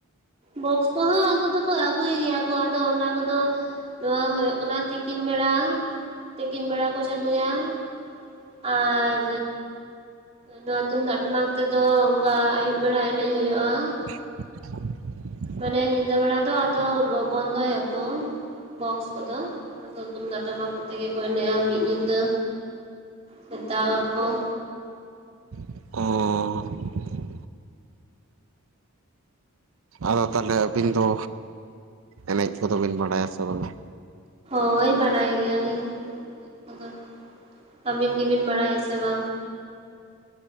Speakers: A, on the right (about 30°); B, on the right (about 70°).
A: ᱵᱚᱠᱥ ᱠᱚᱦᱚᱸ ᱟᱹᱜᱩ ᱫᱚᱠᱚ ᱟᱹᱜᱩᱭ ᱜᱮᱭᱟ ᱠᱚ ᱟᱫᱚ ᱚᱱᱟ ᱠᱚᱫᱚ ᱱᱚᱣᱟ ᱦᱩᱭᱩᱜ ᱠᱟᱱᱟ ᱛᱤᱠᱤᱱ ᱵᱮᱲᱟ, ᱛᱤᱠᱤᱱ ᱵᱮᱲᱟ ᱠᱚ ᱪᱟᱹᱞᱩᱭᱟ ᱾ ᱟᱨ ᱱᱚᱣᱟ ᱛᱩᱢᱫᱟᱜ ᱴᱟᱢᱟᱠ ᱛᱮᱫᱚ ᱚᱱᱠᱟ ᱟᱹᱭᱩᱵ ᱵᱮᱲᱟ ᱮᱱᱮᱡ ᱦᱩᱭᱩᱜᱼᱟ ᱾
B: <inaudible>
A: ᱢᱟᱱᱮ ᱧᱤᱫᱟᱹ ᱵᱮᱲᱟ ᱫᱚ ᱟᱫᱚ ᱵᱚᱱᱫᱚᱭᱟᱠᱚ ᱾ ᱵᱚᱠᱥ ᱠᱚᱫᱚ, ᱟᱫᱚ ᱛᱩᱢᱫᱟᱜ ᱴᱟᱢᱟᱠ ᱛᱮᱜᱮ ᱠᱚ ᱮᱱᱮᱡᱼᱟ ᱢᱤᱫ ᱧᱤᱫᱟᱹ ᱥᱮᱛᱟᱜ ᱟᱠᱚ ᱾
B: ᱚᱻ ᱾ ᱟᱫᱚ ᱛᱟᱦᱚᱞᱮ ᱟᱹᱵᱤᱱ ᱫᱚ ᱮᱱᱮᱡ ᱠᱚᱫᱚ ᱵᱤᱱ ᱵᱟᱲᱟᱭᱟ ᱥᱮ ᱵᱟᱝᱟ?
A: ᱦᱳᱭ ᱵᱟᱲᱟᱭ ᱜᱮᱭᱟᱞᱤᱧ ᱮᱱᱮᱡ ᱠᱚᱫᱚ ᱾ ᱟᱹᱵᱤᱱ ᱜᱮᱵᱤᱱ ᱵᱟᱲᱟᱭᱟ ᱥᱮ ᱵᱟᱝ?